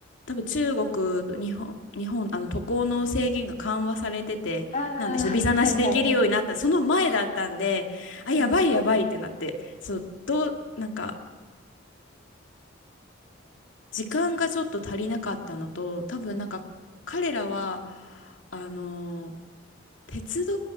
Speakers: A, on the left; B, on the left.
A: 多分中国と日本、日本、あの渡航の制限が緩和されてて、
B: ああ、
A: なんでしょう、ビザなしで行けるようになった、
B: はいはい。
A: その前だったんで、あ、やばいやばいってなって、
B: <laughs>
A: そう、どう、なんか、時間がちょっと足りなかったのと、多分なんか彼らは、あのー鉄道